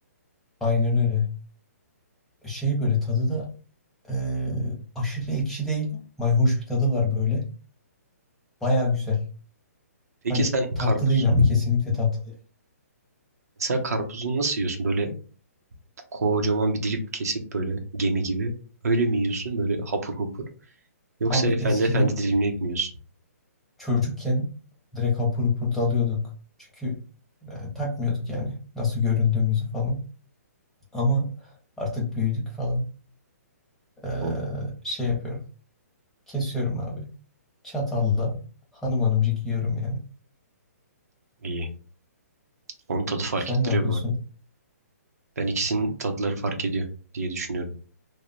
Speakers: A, in the centre; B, on the right (about 70°).
A: Aynen öyle. Şey böyle tadı da eee, aşırı ekşi değil. Mayhoş bir tadı var böyle. Baya güzel.
B: Peki
A: Hani
B: sen
A: tatlı
B: karpuz.
A: değil ama kesinlikle tatlı değil.
B: Mesela karpuzunu nasıl yiyorsun? Böyle kocaman bir dilip kesip böyle gemi gibi. Öyle mi yiyorsun? Böyle hapur hapur. Yoksa
A: Abi
B: efendi
A: eskiden
B: efendi dilimleyip mi yiyorsun?
A: çocukken direkt hapur hapur dalıyorduk. Çünkü e, takmıyorduk yani nasıl göründüğümüzü falan. Ama artık büyüdük falan. E,
B: Oo,
A: şey yapıyorum. Kesiyorum abi. Çatalla hanım hanımcık yiyorum yani.
B: iyi. Onun tadı fark
A: Sen
B: ettiriyor
A: ne yapıyorsun?
B: bu arada. Ben ikisinin tatları fark ediyor diye düşünüyorum.